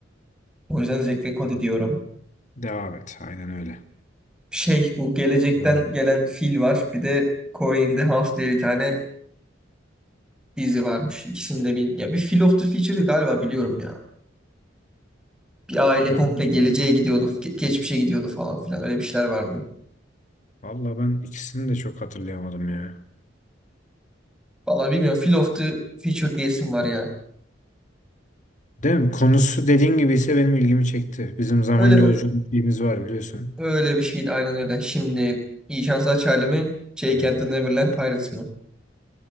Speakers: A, in the centre; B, on the left.
A: O yüzden Zek ve Cody diyorum.
B: Devam et. Aynen öyle.
A: Şey bu gelecekten
B: Ha,
A: gelen fil var. Bir de Corey in the House diye bir tane dizi varmış. İkisini de bilmiyorum Ya bir Phil of the Future'ı galiba biliyorum ya. Bir aile
B: Ben
A: komple geleceğe gidiyordu, ge- geçmişe gidiyordu falan filan. Öyle bir şeyler vardı.
B: valla ben ikisini de çok hatırlayamadım ya.
A: Vallahi bilmiyorum. Phil of the Future diyesim var ya.
B: Değil mi? Konusu dediğin gibi ise benim ilgimi çekti. Bizim zaman
A: Öyle
B: yolculuğumuz şeyimiz var biliyorsun.
A: öyle bir şeydi aynen öyle. Şimdi iyi şanslar Charlie mi? Jake
B: Hmm.
A: and the Neverland Pirates mi?